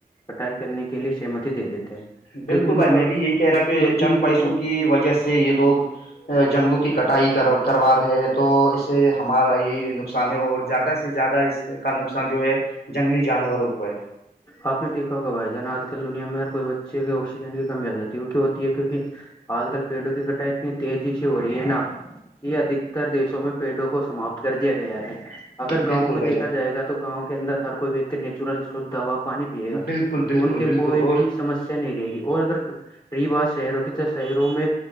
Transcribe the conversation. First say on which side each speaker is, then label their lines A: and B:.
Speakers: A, on the left (about 25°); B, on the left (about 75°).
A: پٹائی کرنے کے لیے سہمت دے دیتے ہیں
B: بالکل
A: کیونکہ ان
B: بھائی
A: کو
B: میں بھی یہی کہہ رہا ہ کہ
A: کیونکہ
B: چند پیسوں کی وجہ سے یہ لوگ جنگلوں کی کٹائی کر کروا رہے ہیں تو اس سے ہمارا یہ نقصان ہے اور زیادہ سے زیادہ اس کا ن نقصان جو ہے جنگلی جانوروں کو ہے
A: آ نے دیکھا ہوگ بھائی جان آج کل دنیا میں ہر کوئی بچے آکسیجن کی کمی آ جاتی ہے وہ کی ہوتی ہے کیوںک آج کل پیڑوں کی کٹائی اتنی تیزی سے ہو رہی ہے نا کہ ادھکتر دیشوں میں پیڑوں کو سماپت کر دیا گیا ہے اگر
B: بالکل
A: گاؤں میں
B: بھائی
A: دیکا جائے گا تو گاؤں کے اندر ہر کوئی ویکتی نیچرل شھ دا پانی پیے
B: جان
A: گا
B: بالکل بالکل
A: تو ان کے
B: بالکل
A: کوئی بھی
B: اور
A: سمسیا نہیں رہے گی اور اگر رہی بات شہروں کی تو شہروں میں